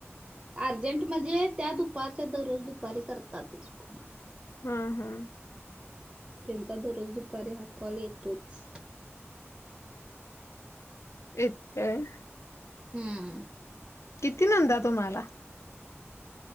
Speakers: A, on the right; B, on the left.
A: अर्जंट म्हणजे त्या दुपारच्या दररोज दुपारी करतातच फोन
B: हा हम
A: त्यांचा दररोज दुपारी हा कॉल येतोच
B: इतकय
A: हम्म
B: किती नंदा तुम्हाला